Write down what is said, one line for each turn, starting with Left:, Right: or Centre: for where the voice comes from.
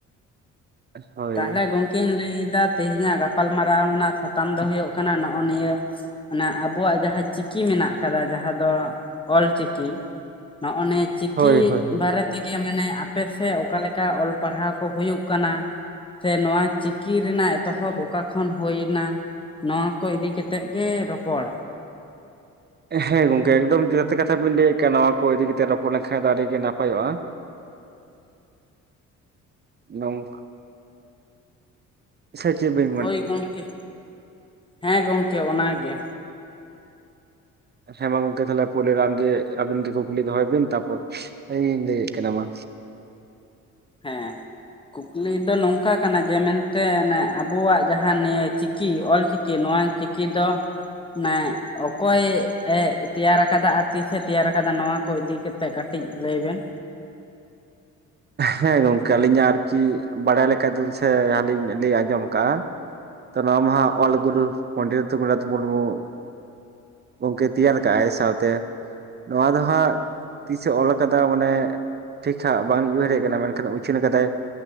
Right: ᱦᱳᱭ
Left: ᱛᱟᱦᱞᱮ ᱜᱚᱝᱠᱮᱧ ᱞᱟᱹᱭᱮᱫᱟ ᱛᱮᱦᱮᱧᱟᱜ ᱜᱟᱯᱟᱞᱢᱟᱨᱟᱣ ᱨᱮᱱᱟᱜ ᱥᱟᱛᱟᱢ ᱫᱚ ᱦᱳᱭᱳᱜ ᱠᱟᱱᱟ ᱱᱚᱜ-ᱚ ᱱᱤᱭᱟᱹ ᱚᱱᱟ ᱟᱵᱚᱣᱟᱜ ᱡᱟᱦᱟᱸ ᱪᱤᱠᱤ ᱢᱮᱱᱟᱜ ᱟᱠᱟᱫᱟ ᱡᱟᱦᱟᱸ ᱫᱚ ᱚᱞᱪᱤᱠᱤ ᱱᱚᱜᱼᱚ ᱱᱤᱭᱟᱹ ᱪᱤᱠᱤ
Right: ᱦᱳᱭ ᱦᱳᱭ ᱦᱳᱭ
Left: ᱵᱟᱨᱮ ᱛᱮᱜᱮ ᱢᱟᱱᱮ ᱟᱯᱮᱥᱮᱫ ᱚᱠᱟᱞᱮᱠᱟ ᱚᱞ ᱯᱟᱲᱦᱟᱣ ᱠᱚ ᱦᱩᱭᱩᱜ ᱠᱟᱱᱟ ᱥᱮ ᱱᱚᱣᱟ ᱪᱤᱠᱤ ᱨᱮᱱᱟᱜ ᱮᱛᱚᱦᱚᱵ ᱚᱠᱟ ᱠᱷᱚᱱ ᱦᱩᱭ ᱮᱱᱟ ᱱᱚᱣᱟ ᱠᱚ ᱤᱫᱤ ᱠᱟᱛᱮᱫ ᱜᱮ ᱨᱚᱯᱚᱲ
Right: ᱦᱮᱸ ᱜᱚᱝᱠᱮ ᱮᱠᱫᱚᱢ ᱡᱟᱹᱚᱛᱛᱤ ᱦᱸᱮ ᱜᱚᱝᱠᱮ ᱮᱠᱫᱚᱢ <unintelligible> ᱠᱟᱛᱷᱟ ᱵᱤᱱ ᱞᱟᱹᱭᱮᱫ ᱠᱟᱱ ᱱᱚᱣᱟ ᱠᱚ ᱤᱫᱤ ᱠᱟᱛᱮ ᱨᱚᱯᱚᱲ ᱞᱮᱱᱠᱷᱟᱱ ᱫᱚ ᱟᱹᱰᱤ ᱜᱮ ᱱᱟᱯᱟᱭᱚᱜᱼᱟ
Left: <inaudible>
Right: ᱱᱚᱝᱠ ᱥᱮᱪ ᱵᱤᱲ
Left: ᱦᱳᱭ ᱜᱚᱢᱠᱮ ᱦᱮᱸ ᱜᱚᱢᱠᱮ ᱚᱱᱟ ᱜᱮ
Right: ᱦᱮᱸ ᱢᱟ ᱜᱚᱝᱠᱮ ᱛᱟᱦᱚᱞᱮ ᱯᱩᱭᱞᱟᱹᱨᱮ ᱟᱢᱜᱮ ᱟᱵᱮᱱ ᱜᱮ ᱠᱩᱠᱞᱤ ᱫᱚᱦᱚᱭ ᱵᱮᱱ ᱛᱟᱨᱯᱚᱨ ᱤᱧ ᱞᱟᱹᱭᱮᱫ ᱠᱟᱱᱟ ᱢᱟ
Left: ᱦᱮᱸ ᱠᱩᱠᱞᱤ ᱫᱚ ᱱᱚᱝᱠᱟ ᱠᱟᱱᱟ ᱡᱮ ᱢᱮᱱᱛᱮ ᱟᱵᱚᱣᱟᱜ ᱡᱟᱦᱟᱸ ᱱᱤᱭᱟᱹ ᱪᱤᱠᱤ ᱚᱞᱪᱤᱠᱤ ᱠᱮ ᱱᱚᱣᱟ ᱪᱤᱠᱤ ᱫᱚ ᱢᱟᱱᱮ ᱚᱠᱚᱭ ᱛᱮᱭᱟᱨ ᱟᱠᱟᱫᱟ ᱟᱨ ᱛᱤᱥᱮ ᱛᱮᱭᱟᱨ ᱟᱠᱟᱫᱟ ᱱᱚᱣᱟ ᱠᱚ ᱤᱫᱤ ᱠᱟᱛᱮᱜ ᱠᱟᱹᱴᱤᱡ ᱞᱟᱹᱭ ᱵᱮᱱ
Right: ᱦᱮᱸ ᱜᱚᱝᱠᱮ ᱟᱹᱞᱤᱧᱟᱜ ᱟᱨᱠᱤ ᱵᱟᱲᱟᱭ ᱞᱮᱠᱟᱛᱮᱫ ᱥᱮ ᱡᱟᱦᱟᱸ ᱞᱤᱧ ᱞᱟᱹᱭ ᱟᱸᱡᱚᱢ ᱟᱠᱟᱫᱼᱟ ᱛᱚ ᱱᱚᱣᱟ ᱢᱟᱦᱟᱜ ᱚᱞ ᱜᱩᱨᱩ ᱯᱚᱱᱰᱤᱛ ᱨᱚᱜᱷᱩᱱᱟᱛᱷ ᱢᱩᱨᱢᱩ ᱜᱚᱝᱠᱮ ᱛᱮᱭᱟᱨ ᱠᱟᱜᱼᱟᱭ ᱥᱟᱶᱛᱮ ᱱᱚᱣᱟ ᱫᱚ ᱦᱟᱸᱜ ᱛᱤᱥᱮ ᱚᱞ ᱟᱠᱟᱫᱟ ᱢᱟᱱᱮ ᱴᱷᱤᱠᱷᱟ ᱵᱟᱝᱧ ᱩᱭᱦᱟᱹᱨᱮᱫ ᱠᱟᱱᱟ ᱢᱮᱱᱠᱷᱟᱱ ᱩᱪᱷᱤᱱ ᱠᱟᱫᱟᱭ